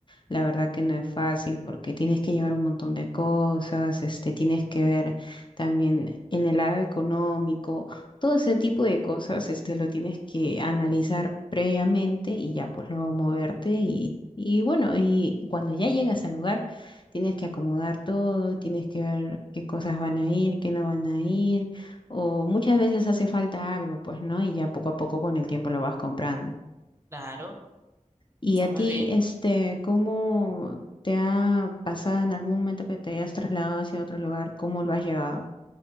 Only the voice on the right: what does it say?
Claro,
está
muy
bien.